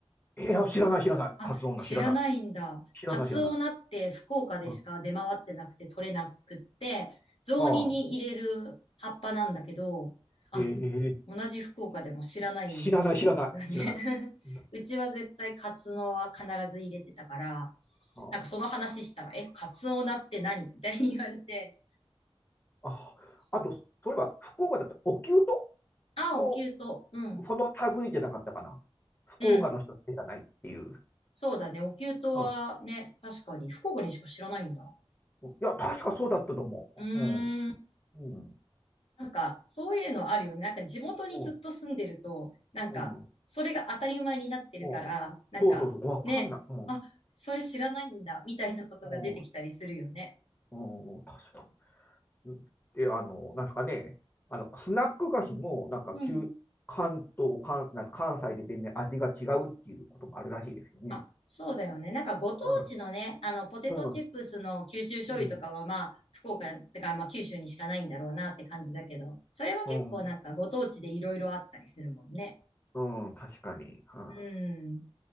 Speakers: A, on the left; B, on the left.
A: いや、知らない、知らない。
B: あ、
A: カツオ女、
B: 知らないんだ。
A: 知らない。知らない、
B: カツオナって福岡でしか出回ってなくて取れなくって、
A: 知らない。うん。
B: 雑煮に入れる葉っぱなんだけど、
A: ああ、
B: あ、
A: ええ
B: 同じ福岡でも知らないん
A: 知らない、知らない、
B: だね。
A: 知らない。
B: <laughs>
A: うん
B: うちは絶対カツオは必ず入れてたから、
A: あ
B: なんかその話したら、え、カツオナって何みたいに言われて、
A: あ、
B: そう。
A: あ、あと、そういえば、福岡だったら、お灸と
B: あ、
A: も
B: お灸と、うん、
A: その類じゃなかったかな。福岡の人知らないっていう。
B: うん。そうだね。お灸とはね、
A: うん。
B: 確かに福岡にしか知らないんだ。
A: うん。いや、確かそうだったと思う。
B: うーん。
A: うん。うん。
B: なんか、そういうのあるよね。なんか、地元にずっと住んでると、
A: うん。
B: なんか、
A: うん。うん。
B: それが当たり前になってるから、
A: そう
B: なんか、
A: そうそう。わかんない。
B: ね、
A: うん。
B: あ、それ知らないんだ、みたいなことが出てきたりするよね。
A: うん。うん。確かに。うん。で、あの、なんですかね。あの、スナック菓子も、なんか、
B: うん。
A: 旧、関東、関、なんか関西で全然味が違うっていうこともあるらしいですよね。
B: あ、そうだよね。なんか、ご当地のね、
A: うん。
B: あの、ポテトチップスの九州醤油とかは、
A: うん。うん。
B: まあ、福岡、
A: うん。
B: てか、まあ、九州にしかないんだろうなって感じだけど、それは結構なんか、
A: うん。
B: ご当地でいろいろあったりするもんね。
A: うん確かに。は
B: うん。